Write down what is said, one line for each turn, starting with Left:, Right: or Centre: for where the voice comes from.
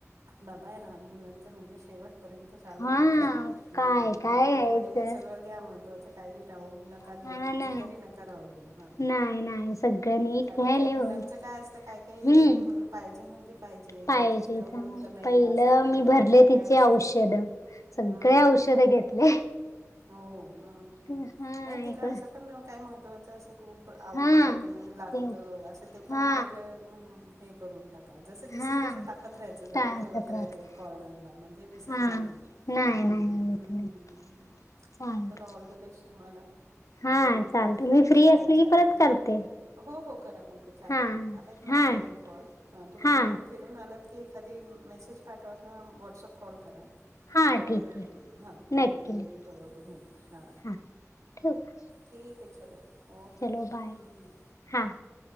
Right: बाबा हे लहान मुलांच म्हणजे शेवट पर्यंत चालू
Left: हा
Right: राहत सगळं ह
Left: काय काय
Right: नीट आठवणीने
Left: घ्यायचं
Right: सगळं घ्या महत्वाचं काही राहुन नका
Left: हा
Right: देऊ तिच
Left: ना
Right: तरी नका राहु देऊ हा
Left: नाही नाही सगळं नीट
Right: कारण
Left: घ्यायला
Right: का मुलांच
Left: होय
Right: काय काय, काय हे
Left: हम्म
Right: म्ह पाहिजे म्हणजे पाहिजे
Left: पाहिजे
Right: ह्याच्याशिवाय होत
Left: पहिलं
Right: नाही असं सगळं
Left: मी भरले
Right: काय
Left: तिचे
Right: काय असतं
Left: औषध सगळे
Right: हम्म
Left: औषध घेतले.
Right: हो मग ह
Left: हा
Right: नाही तिला
Left: इकड
Right: असं पण काय महत्व खूप आवडत
Left: हा
Right: कि लागत
Left: ते
Right: अस ते पण
Left: हा
Right: पहिल करून टाका जस दिसेल
Left: हा
Right: तसं टाकत राहायचं जवळ
Left: टाळकत
Right: ठेवत राहायचं
Left: राहते
Right: कॉर्नरला म्हणजे विसरणार
Left: हा
Right: नाही.
Left: नाही
Right: हम्म,
Left: येत
Right: हम्म,
Left: नाही
Right: हम्म, हम्म.
Left: चालत
Right: चल ऑल द बेस्ट तुम्हाला छान,
Left: हा चालते मी फ्री असले
Right: छान
Left: की परत
Right: सग
Left: करते
Right: हो हो करा मग चालेल
Left: हा
Right: आहेत
Left: हा
Right: माझे अजून
Left: ठीक
Right: कॉल तुम्ही
Left: हा
Right: तिकडून फिरुन आलात की एखादी मेसेज पाठवा किंवा व्हॉट्सअप कॉल करा.
Left: हा
Right: तर
Left: ठीक
Right: मग
Left: आहे
Right: हां मग
Left: नक्की
Right: नाही
Left: नक्की
Right: हां
Left: हा ठेव का
Right: ठीक आहे चलो. ओके
Left: चलो बाय
Right: हम्म
Left: हा